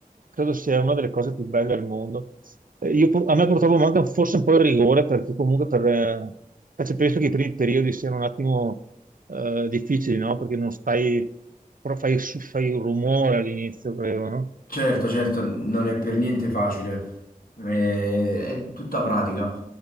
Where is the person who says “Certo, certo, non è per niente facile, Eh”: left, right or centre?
Left